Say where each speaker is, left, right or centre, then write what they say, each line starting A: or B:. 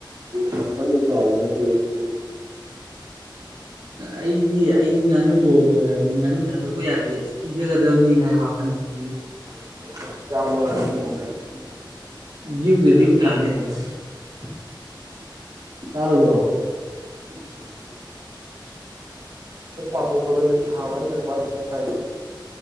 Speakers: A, on the right (about 50°); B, on the right (about 80°).
A: ꯅꯤꯕꯅ ꯀ ꯊ ꯎ
B: ꯑꯩꯗꯤ ꯑꯩꯗꯤ ꯉꯥꯅꯨ ꯂꯣꯏꯔꯕꯅꯤ ꯉꯥꯅꯨ ꯊꯥꯗꯣꯛꯄ ꯌꯥꯗꯦ ꯑ ꯄꯤꯖꯒꯗꯕꯅꯤ ꯍꯥꯏꯕ ꯋꯥꯈꯜꯗꯤ
A: <unintelligible> <unintelligible>
B: ꯗ꯭ꯌꯨꯗ ꯗ꯭ꯌꯨ ꯇꯥꯅꯦꯕ ꯌꯥꯔꯣ ꯑꯣꯏꯔꯣ
A: ꯦ
B: ꯑ
A: ꯄꯊ ꯐ ꯐꯗ ꯂꯩ ꯄ ꯀꯥꯏ